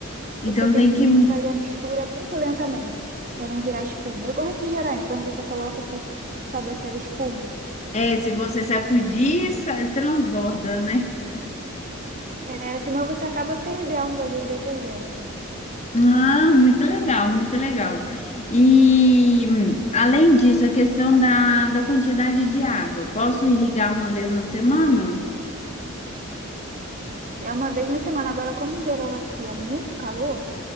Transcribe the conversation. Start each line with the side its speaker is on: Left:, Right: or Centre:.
Left: Então
Right: Você tem
Left: tem
Right: que
Left: que
Right: fazer a mistura muito lentamente, para não virar espuma. Igual refrigerante, quando você coloca que sobe aquela espuma.
Left: É, se você sacudir, sa- transborda, né?
Right: É, senão você acaba perdendo ali o detergente.
Left: Ah, muito legal, muito legal. E hum, além disso, a questão da, da quantidade de água. Posso irrigar uma vez na semana?
Right: É uma vez na semana. Agora, como o verão aqui é muito calor,